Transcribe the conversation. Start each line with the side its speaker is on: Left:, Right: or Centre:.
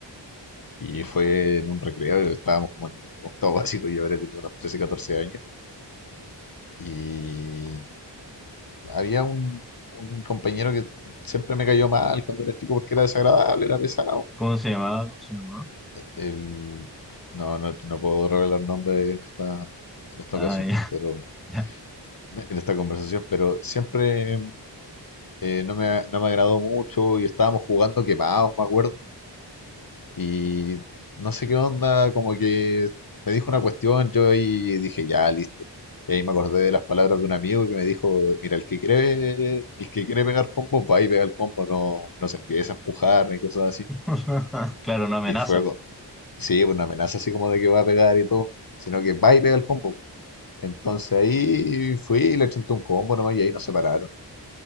Left: y fue en un recreo, estábamos como en octavo básico, yo habré tenido unos 13, 14 años, y había un, un compañero que siempre me cayó mal cuando era chico porque era desagradable, era pesado.
Centre: ¿Cómo se llamaba? ¿Cómo se llamaba?
Left: El... No, no, no puedo revelar nombre en esta, en esta
Centre: Ah,
Left: ocasión,
Centre: ya,
Left: pero
Centre: <laughs> ya.
Left: en esta conversación, pero siempre eh, no me, no me agradó mucho y estábamos jugando quemados, me acuerdo. Y no sé qué onda, como que me dijo una cuestión, yo ahí dije, ya, listo. Y ahí me acordé de las palabras de un amigo que me dijo, mira, el que quiere, el que quiere pegar combos va y pega el combo, no, no se empieza a empujar ni cosas así.
Centre: <laughs> Claro, no amenaza,
Left: Y fue,
Centre: po.
Left: Sí, pues no amenaza así como de que va a pegar y todo, sino que va y pega el combo. Entonces ahí fui y le chanté un combo nomás y ahí nos separaron.